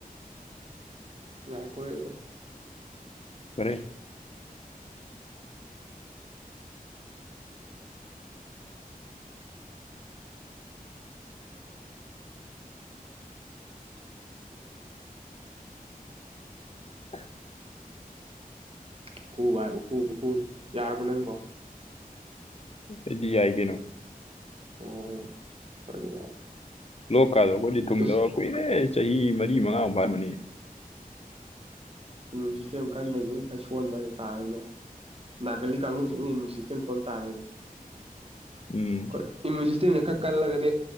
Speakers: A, on the right; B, on the left.
A: ꯉꯥꯏꯈꯣꯍꯦ ꯑꯗꯣ
B: ꯀꯔꯤ <inaudible>
A: <unintelligible> ꯌꯥꯔꯕ ꯅꯪꯕꯣ
B: ꯗꯨꯗꯤ ꯌꯥꯏ ꯀꯩꯅꯣ
A: ꯑꯣ <unintelligible>
B: ꯂꯣꯛ ꯀꯥꯗꯣ ꯈꯣꯏꯗꯤ ꯊꯨꯡꯗꯕ
A: ꯑꯁ
B: ꯀꯨꯏꯔꯦ ꯆꯍꯤ ꯃꯔꯤ ꯃꯉꯥ ꯑꯃꯨꯛ ꯐꯥꯔꯝꯃꯅꯤ
A: ꯎꯝ ꯁꯤꯁꯇꯦꯝ ꯀꯟꯕꯩꯅꯤꯅ ꯈꯔ ꯁꯣꯟꯕ ꯍꯥꯏꯇꯥꯥꯔꯦꯅꯦ ꯅꯥ ꯀꯜꯂꯤ ꯀꯥꯡꯒꯨꯁꯤꯅ ꯏꯃꯨꯟ ꯁꯤꯁꯝ ꯁꯣꯟꯇꯥꯔꯦꯅꯦ
B: ꯎꯝ
A: ꯍꯣꯏ ꯏꯃ꯭ꯌꯨꯟ ꯁꯤꯁꯇꯦꯝꯁꯦ ꯈꯔ ꯀꯜꯂꯒꯗꯤ